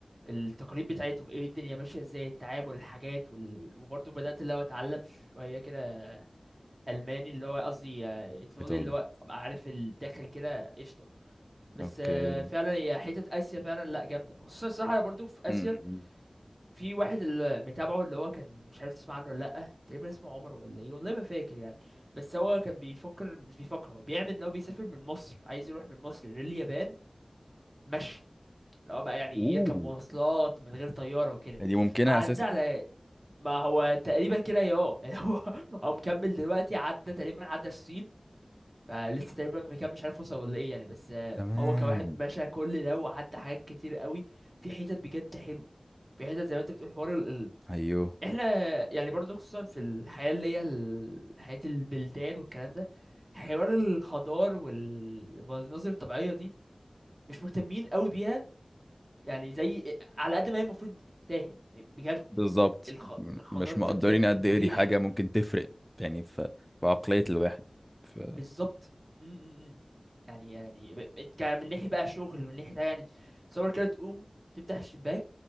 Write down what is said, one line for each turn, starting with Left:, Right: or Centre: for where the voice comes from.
Right: التقاليد بتاعتهم ايه الدنيا ماشيه ازاي التعامل الحاجات وال... وبرضه بدات اللي هو اتعلم شويه كده الماني اللي هو قصدي آه، ايطالي
Centre: إيطالي
Right: اللي هو ابقى عارف الداخل كده قشطه بس
Centre: أوكي
Right: آه، فعلا هي حته اسيا فعلا لا جامده خصوصا الصراحه انا برضه في اسيا
Centre: م- م- م.
Right: في واحد اللي متابعه اللي هو كان مش عارف تسمع عنه ولا لا تقريبا اسمه عمر ولا ايه والله ما فاكر يعني بس هو كان بيفكر مش بيفكر هو بيعمل ان هو بيسافر من مصر عايز يروح من مصر لليابان مشي اللي هو بقى يعني
Centre: أوه
Right: يركب مواصلات من غير طيارة وكده
Centre: دي ممكنة
Right: فعدى
Centre: أساسا
Right: على ما هو تقريبا كده يا اه يعني هو <laughs> هو مكمل دلوقتي عدى تقريبا عدى الصين فلسه تقريبا مكمل مش عارف وصل ولا ايه يعني بس آه،
Centre: تمام
Right: هو كواحد مشى كل ده وعدى حاجات كتير قوي في حتت بجد حلوة في حتت زي ما انت بتقول حوار ال... ال-
Centre: أيوه
Right: احنا يعني برضه خصوصا في الحياة اللي هي ال- حياة البلدان والكلام ده حوار الخضار والمناظر الطبيعية دي مش مهتمين قوي بيها يعني زي على قد ما هي المفروض بتستاهل يعني بجد
Centre: بالظبط
Right: الخ...
Centre: م-
Right: الخضار
Centre: مش مقدرين
Right: ده بجد
Centre: قد
Right: مريح
Centre: ايه دي حاجة ممكن تفرق يعني في في عقلية الواحد في
Right: بالظبط م- م- م. يعني يعني ب- ب- ك- من ناحية بقى شغل من ناحية يعني تصور كده تقوم تفتح الشباك